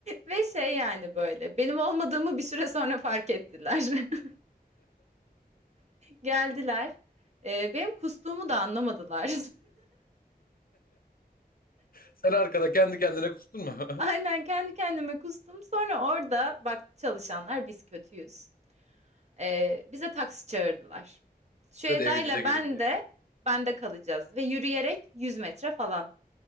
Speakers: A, on the right; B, on the left.
A: Ve şey yani böyle benim olmadığımı bir süre sonra fark ettiler. <laughs> Geldiler. Ee, benim kustuğumu da anlamadılar.
B: Sen arkada kendi kendine kustun mu?
A: <laughs>
B: <laughs>
A: Aynen kendi kendime kustum. Sonra orada baktı çalışanlar biz kötüyüz. Ee, bize taksi çağırdılar. Şu
B: Size
A: Eda'yla
B: de evinize gidin
A: ben
B: diye.
A: de bende kalacağız ve yürüyerek 100 metre falan